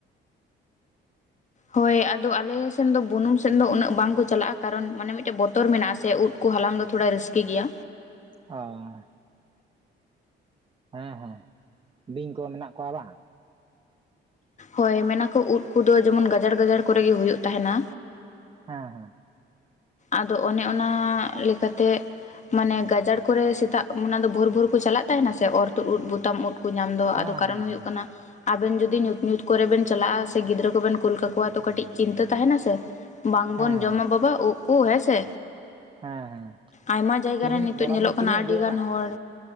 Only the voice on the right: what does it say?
ᱦᱚᱭ᱾ ᱦᱮᱸ ᱦᱮᱸ, ᱵᱤᱧ ᱠᱚ ᱢᱮᱱᱟᱜ ᱠᱚᱣᱟ ᱵᱟᱝ?
ᱦᱮᱸ ᱦᱮᱸ᱾
ᱦᱮᱸ
ᱦᱮᱸ ᱦᱮᱸ
ᱦᱮᱸ
ᱦᱮᱸ
ᱦᱮᱸ ᱦᱮᱸ
ᱠᱤᱨᱤᱧ
ᱵᱚᱨᱚᱱ
ᱵᱚᱱ
ᱠᱤᱨᱤᱧ
ᱟᱹᱜᱩᱭᱟ
ᱵᱟᱝ